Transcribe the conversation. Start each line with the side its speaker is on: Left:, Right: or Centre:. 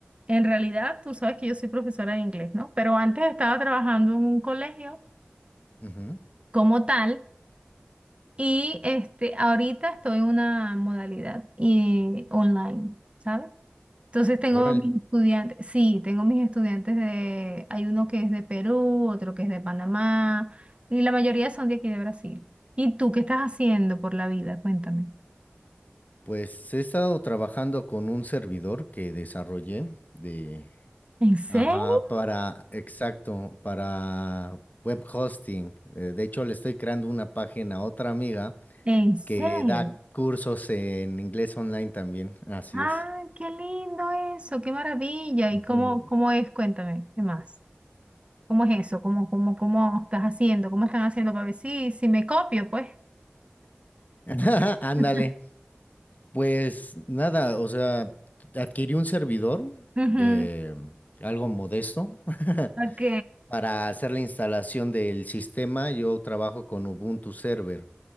Right: en realidad tú sabes que yo soy profesora de inglés, ¿no? Pero antes estaba trabajando en un colegio
Left: Ujú,
Right: como tal y este, ahorita estoy en una modalidad y online, ¿sabes? Entonces tengo
Left: Órale.
Right: mis estudiantes, sí, tengo mis estudiantes de, hay uno que es de Perú, otro que es de Panamá, y la mayoría son de aquí de Brasil. ¿Y tú qué estás haciendo por la vida? Cuéntame.
Left: Pues he estado trabajando con un servidor que desarrollé de...
Right: ¿En serio?
Left: Ajá, para, exacto, para web hosting. Eh, De hecho, le estoy creando una página a otra amiga
Right: ¿En serio?
Left: que da cursos en inglés online también, así
Right: ¡Ah,
Left: es.
Right: qué lindo eso! ¡Qué maravilla!
Left: Ujú.
Right: ¿Y cómo, cómo es? Cuéntame, ¿qué más? ¿Cómo es eso? ¿Cómo, cómo, cómo estás haciendo? ¿Cómo están haciendo para ver si, si me copio, pues?
Left: <laughs> Ándale,
Right: <laughs>
Left: pues nada, o sea, adquirí un servidor
Right: Ujú,
Left: de algo modesto <laughs>
Right: Ok,
Left: para hacer la instalación del sistema. Yo trabajo con Ubuntu Server